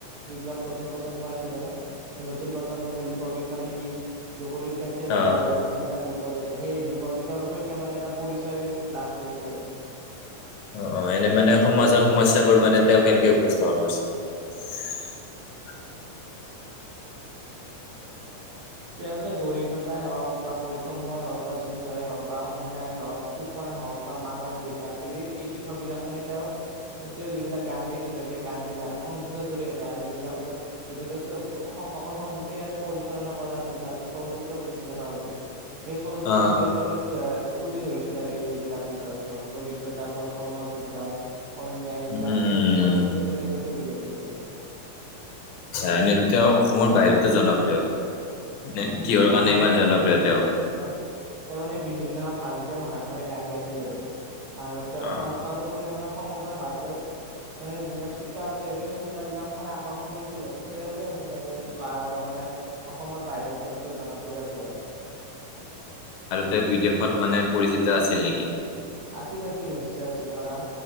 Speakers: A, on the right; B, on the left.
A: যিবিলাক নতুন প্ৰজন্ম আছে মানে। নতুন প্ৰজন্ম মানে লোকগীত মানে কি, লোকগীত কেনেকে গাব
B: অ
A: লাগিব বা কোনবিলাক লোক। সেই লোকগীতৰ সৈতে মানে এটা পৰিচয় লাভ কৰিছিল আৰু।
B: অ, অ, এনে মানে সমাজৰ সমস্যাবোৰ মানে তেওঁ কেনেকে উপস্থাপন কৰিছে? <inaudible>
A: তেওঁ হৈছে দৰিদ্ৰতাই হওঁক বা বৈষম্যয়ই হওঁক বা যুদ্ধই হওঁক বা অনন্যা হওঁক শোষণ। হওক বা মানৱ অধিকাৰ এই এই বিষয়বিলাক মানে তেওঁ। তেওঁ যিবিলাক গান গাইছিল, আৰু সেই গান বিলাক সংগীতৰ জৰিয়তে আৰু যিবিলাক তেওঁ জৰিয়তে। অকল সংগীতে পৰিচালনা কৰা নাছিল। চলচ্চিত্ৰ পৰিচালনা হৈছিল। সেই চলচ্চিত্ৰৰ
B: অ
A: জৰিয়িয়তে মানে। তুলি ধৰিছিল আৰু এইবিলাক বিষয়ে হক দৰিদ্ৰতা, বৈষম্য যুদ্ধ। অন্যায এইবিলাক
B: উম উম
A: মানে চলচিত্ৰৰ
B: উম
A: জৰিয়তে তুলি ধৰিছিলো।
B: এনেত তেওঁ অসমৰ বাহিৰতো জনপ্ৰিয়। মানে
A: উম, উম।
B: কিহৰ
A: তেওঁ
B: কাৰণে
A: অসমৰ
B: ইমান
A: বাহিৰতটো জনপ্ৰিয়
B: তেওঁ?
A: কাৰণ তেওঁ মানে বিভিন্ন ভাৰতীয় ভাষাত। গান গাইছিল আৰু আৰু তেওঁৰ
B: অ
A: কণ্ঠ আৰু সুৰে মানে সমগ্ৰ ভাৰতৰ। মানে যিবিলাক শ্ৰোতা আছে আৰু সেই শ্ৰোতাাবিলাকক মানে আকৰ্ষণ কৰিছিল আৰু, সেইবাবে মানে বা মানে। অসমৰ বাহিৰত তেওঁ জনপ্ৰিয় আছিল। আৰু
B: তেওঁ বিদেশত মানে পৰিচিত আছিল নেকি?
A: আছিল। আছিল। নিশ্চয় আছিল। কাৰণ